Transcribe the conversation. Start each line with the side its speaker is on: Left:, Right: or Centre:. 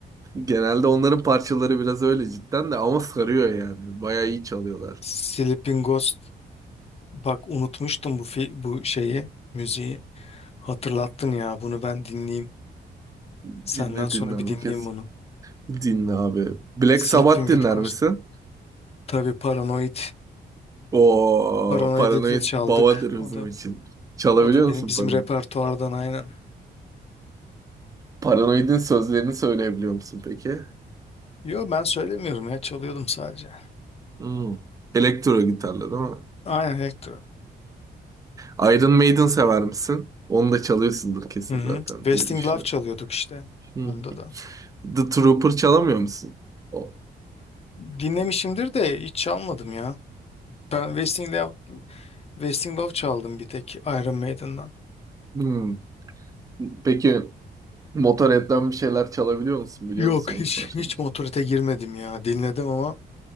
Right: Genelde onların parçaları biraz öyle cidden de ama sarıyor yani. Bayağı iyi çalıyorlar.
Left: Sleeping Ghost. Bak unutmuştum bu fi- bu şeyi, müziği. Hatırlattın ya bunu ben dinleyeyim.
Right: Dinle
Left: Senden sonra
Right: dinle
Left: bir dinleyeyim
Right: bu kez.
Left: bunu.
Right: Dinle abi. Black
Left: Sleeping
Right: Sabbath dinler
Left: with Ghost.
Right: misin?
Left: Tabii Paranoid.
Right: O
Left: Paranoid'i
Right: paranoid
Left: de çaldık.
Right: babadır
Left: O
Right: bizim
Left: da
Right: için. Çalabiliyor
Left: o da beni
Right: musun
Left: bizim
Right: paranoid?
Left: repertuardan aynen.
Right: Paranoid'in sözlerini söyleyebiliyor musun peki?
Left: Yo ben söylemiyorum ya çalıyordum sadece.
Right: Hmm. Elektro gitarla değil mi?
Left: Aynen Elektro.
Right: Hmm. Iron Maiden sever misin? Onu da çalıyorsundur kesin
Left: Hı hı.
Right: zaten
Left: Wasting
Right: diye düşünüyorum.
Left: Love çalıyorduk işte.
Right: Hmm.
Left: Onda da.
Right: The Trooper çalamıyor musun? O.
Left: Dinlemişimdir de hiç çalmadım ya. Ben Wasting Love, Wasting Love çaldım bir tek Iron Maiden'dan.
Right: Hmm. Peki Motorhead'den bir şeyler çalabiliyor musun? Biliyor
Left: Yok
Right: musun
Left: hiç
Right: onun parçasını?
Left: hiç Motorhead'e girmedim ya. Dinledim ama